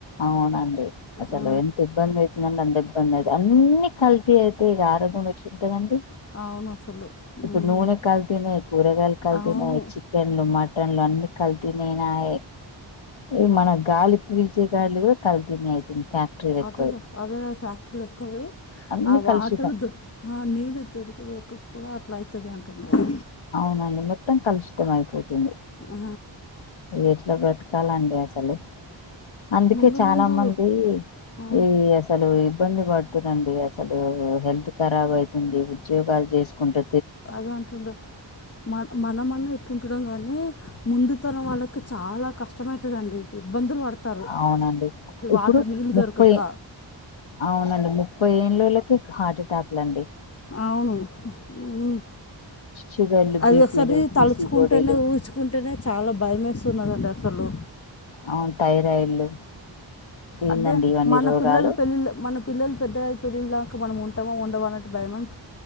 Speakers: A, on the left; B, on the left.
A: అవునండి. అసలు
B: ఆ
A: ఎంత ఇబ్బంది అయితుందంటె అంత ఇబ్బంది అయి, అన్ని కల్తీ అయితే ఇగ ఆరోగ్యం ఎట్లుంటదండి?
B: అవును అసలు
A: ఇప్పుడు
B: మ్మ్
A: నూనె కల్తీనే, కూరగాయలు కల్తీనే,
B: అవును
A: చి చికెన్లు, మటన్లు అన్ని కల్తీనే నాయ్ ఏ మనకి గాలి పీల్చే గాలి కూడా కల్తీనే అయితుంది ఫ్యాక్టరీలు ఎక్కువై
B: అదేద అదేదొ ఫ్యాక్టరీలు ఎక్కువై
A: అన్ని
B: ఆ వాటర్
A: కలుషితం
B: దొ బా నీళ్ళు దొరికి దొరకక కూడ అట్ల అయితది అంటున్నారు
A: అవునండి మొత్తం కలుషితం అయిపోతుంది.
B: ఆ
A: ఎట్ల బతకాలండి అసలు, అందుకే
B: ముందు
A: చాలా
B: ముందు
A: మంది
B: ఆ
A: ఈ అసలు ఇబ్బంది పడుతుర్ అండి, అసలు హెల్త్ ఖరాబ్ అయి అండి ఉద్యోగాలు చేసుకుంటు
B: అదే అంటుండు మన మనమన్న ఇట్లుంటున్నాం కానీ ముందు తరం వాళ్ళకి చాలా కష్ కష్టమైతదండి ఇబ్బందులు పడతారు
A: అవునండి ఇప్పుడు
B: వాటర్ నీళ్ళు
A: ముప్పై
B: దొరకక.
A: అవునండి ముప్పై ఏళ్లోలకే హార్టేటాకులు అండి.
B: అవును హ్.
A: షుగర్లు
B: అది
A: బీపీలు
B: ఒకసారి
A: పీసిఓడీలు
B: తలుచుకుంటేనే ఊహించు కుంటనే చాలా భయం ఏస్తున్నదండి అసలు.
A: అవును థైరాయిడ్లు, ఏందండి
B: అదే
A: ఇవన్నీ
B: మన
A: రోగాలు
B: పిల్లలు పెళ్ళిళ్ళు మన పిల్లలు పెద్దగయి పెళ్ళిల దాకా మనం ఉంటమో ఉండమో అనటు భయం అయి